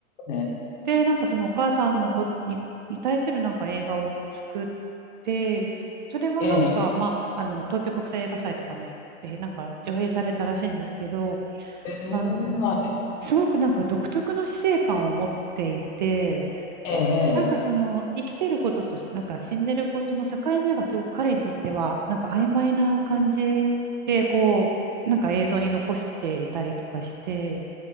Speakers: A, on the left; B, on the right.
A: え
B: で、なんかそのお母さんの子に、に対するなんか映画を作って、それはなんか、
A: え、ええ、ええ、
B: まあ、あの、東京国際映画祭とかに、で、なんか上映されたらしいんですけど、
A: ええ
B: あの、
A: はい、
B: すごくなんか独特の死生観を持っていて、
A: ええ、ええ、
B: なんかその生きてることとなんか死んでることの境目がすごく彼にとってはなんか曖昧な感じでこうなんか映像に残していたりとかして、